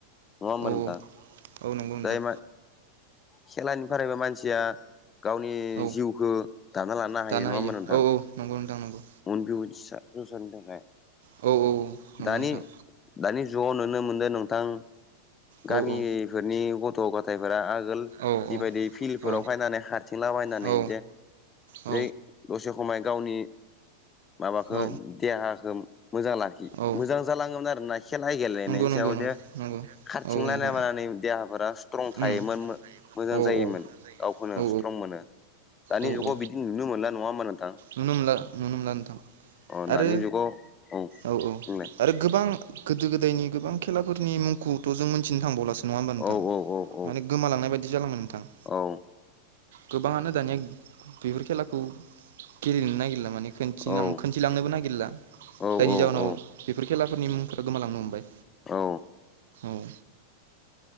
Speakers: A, on the left; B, on the right.
A: होमबा
B: औ
A: नोंथां
B: औ नंगौ नोंथां
A: जाय खेलानिफ्राय मानसिआ। गावनि
B: औ
A: जिउखौ दाना लानो हायो
B: दानो
A: नङा होमबा नोंथां
B: औ औ नंगौ नोंथां नंगौ
A: अन बिनसा जौसानि थाखाय।
B: औ औ। नंगौ
A: दानि
B: नोंथां
A: दानि जुगाव नुनो मोनदों नोंथां गामि
B: औ औ
A: नि गथ' गथायफोरा आगोल
B: औ
A: जिबायदि
B: औ
A: फिल्फोराव
B: औ
A: फायनानै हारथिंला बायनानैे
B: औ औ
A: जै। दसे समाय गावनि माबाखौ
B: औ
A: देहाखौ मोजां लाखि मोजां
B: औ
A: मोजां जालाङोमोन आरोना खेला गेलेनायनि
B: नंगौ नंगौ
A: सायाव
B: नंगौ
A: जे
B: नंगौ
A: खारथिंलायलाब
B: औ नोंथां
A: देहाफोरा स्ट्रं थायोमोन
B: उम
A: मोजां
B: औ
A: जायोमोन
B: औ
A: गावखौनो
B: औ
A: स्ट्रं मोनो दानि
B: औ
A: जुगाव बिदि नुनो मोनला नङा होमा नोंथां।
B: नुनो मोनला नुनो मोनला नोंथां
A: अ दानि
B: आरो
A: जुगाव औ।
B: औ औ
A: बुंलाय
B: आरो गोबां गोदो गोदायनि गोबां खेलाफोरनि मुंखौथ' जों मोनथिनो थांबावलासो। नङा होमबा नोंथां
A: औ औ औ औ
B: माने गोमालांनाय बायदि जालांन नोंथां।
A: औ।
B: गोबाङानो दानिया बेफोर खेलाखौ गेलेनो नागिरला माने।
A: औ
B: खोनन्थिलांनोबो नागिरला
A: औ
B: जायनि
A: औ
B: जाहोनाव
A: औ
B: बेफोर खेलाफोरनि मुंफोरा गोमालांनो हमबाय
A: औ
B: उम।